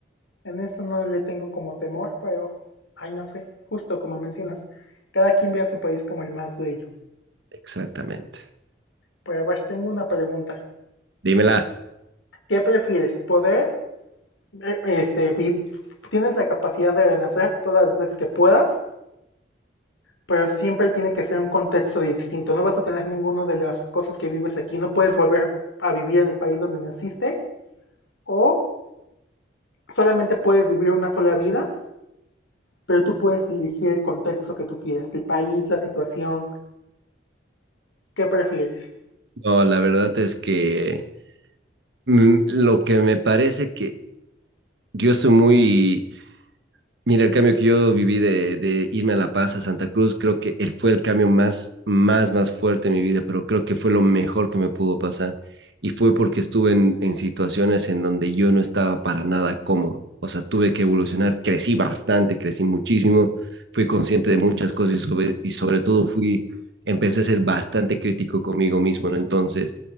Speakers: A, on the left; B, on the right.
A: en eso no le tengo como temor, pero, ay, no sé, justo como mencionas, cada quien ve a su país como el más bello.
B: exactamente.
A: Pero a ver, tengo una pregunta.
B: Dímela.
A: ¿Qué prefieres? ¿Poder, eh, este, vi- tienes la capacidad de renacer todas las veces que puedas, pero siempre tiene que ser un contexto de distinto. No vas a tener ninguna de las cosas que vives aquí, no puedes volver a vivir en el país donde naciste, o solamente puedes vivir una sola vida, pero tú puedes elegir el contexto que tú quieras, el país, la situación, ¿qué prefieres?
B: No, la verdad es que mm, lo que me parece que yo estoy muy, mira, el cambio que yo viví de, de irme a La Paz, a Santa Cruz, creo que él fue el cambio más, más, más fuerte en mi vida, pero creo que fue lo mejor que me pudo pasar. Y fue porque estuve en, en situaciones en donde yo no estaba para nada cómodo. O sea, tuve que evolucionar, crecí bastante, crecí muchísimo, fui consciente de muchas cosas y sobre, y sobre todo fui, empecé a ser bastante crítico conmigo mismo, ¿no? Entonces,